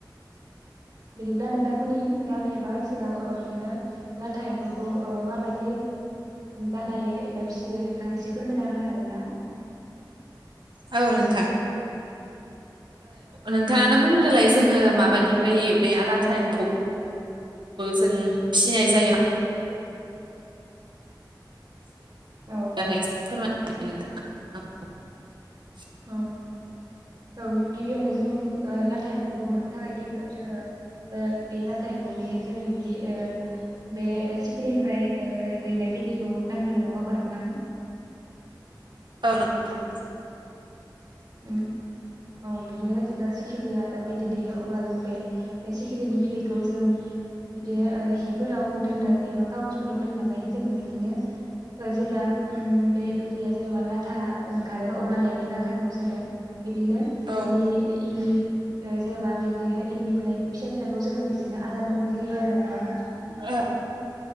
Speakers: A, on the right (about 60°); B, on the right (about 85°).
A: बिदिब्ला नोंथांमोननि गामि एबा ओनसोलाव बिदिनो लाथा एम्फौखौ मा माबायदि बानायो एबा फिसियो नोंथाङा एसे फोरमायना होनो हागोन ना?
B: औ नोंथां नोंथाङानो बुंग्रोलाय जोङो माबायदिहाय बे लाथा एम्फौखौ जों फिनाय जायो
A: औ
B: बिदि <unintelligible> <unintelligible>
A: औ औ गिबियावनो जों लाथा एम्फौखौ मोननो थाखाय गिबियावनो जोङो बे लाथा एमफौनि जोङो बिदि बे सिखिरिनिफ्राय दैनाय बिदैखौ नांग्रोगोन नङा होमबा नोंथां?
B: औ नंगौ <unintelligible>
A: उम औ बिदिनो जेब्ला सिखिरिया बिदै दैेयो अब्ला जों बे सिखिरिनि बिदैखौ जों बिदिनो ओ हिफोराव दोनो एबा खागसफोराव दोननानै जोङो बिदिनो ओ जेब्ला उम बे बिदैया जेनेबा लाथा ओंखारो अब्लानिया बे लाथा खौ जोङो बिब्दिनो
B: औ
A: इन्दि इन्दि ओ जेनेबा बिदिनो इन्दि बिलाइ फिसा फिसाखौ जोङो बिसिनो आदार महरै होयो आरो नोंथां।
B: औ